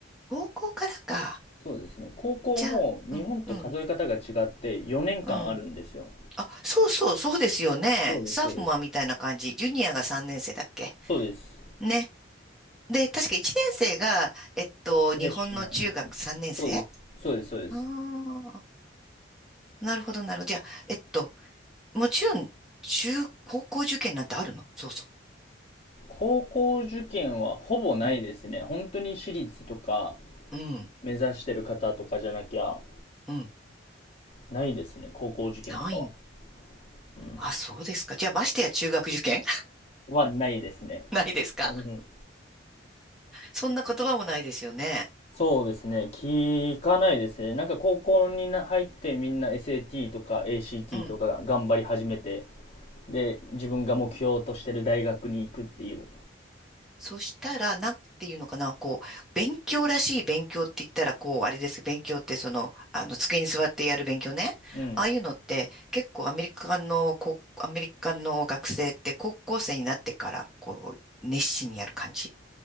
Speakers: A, in the centre; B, on the left.
A: 高校からか。
B: そうですね。高校も日本と数え方が違って4年間あるんですよ。
A: じゃあ、うん、うん、うん。あ、そうそう、そうですよね。
B: そうです、
A: サーフマンみたいな感じ。
B: そうです。
A: ジュニアが3年生だっけ
B: そうです。
A: ね。で、確か1年生が、えっと、
B: フレッシュマンですね。
A: 日本の中学3年生あ
B: そうです。そうです、そうです。
A: あー、なるほど、なるほど。じゃあ、えっと、もちろん、中、高校受験なんてあるのそうそ
B: 高校受験はほぼないですね。
A: う。うん、
B: 本当に私立とか
A: うん、
B: 目指してる方とかじゃなきゃ
A: うん。
B: ないですね。高校受験とかは。
A: ないん。
B: うん。
A: あ、そうですか。じゃあ、ましてや中学受験
B: はないですね。
A: <laughs> ないですか
B: うん。
A: そんな言葉もないですよね。
B: そうですね。聞かないですね。なんか高校にな入ってみんな SAT とか ACT
A: うん。
B: とかが頑張り始めて、で、自分が目標としてる大学に行くっていう。
A: そしたら、なんていうのかな、こう、勉強らしい勉強って言ったら、こう、あれですけど。勉強って、その、あの、机に座ってやる勉強ね。
B: うん。
A: ああいうのって、結構アメリカの、こう、アメリカの学生って高校生になってから、こう、熱心にやる感じ。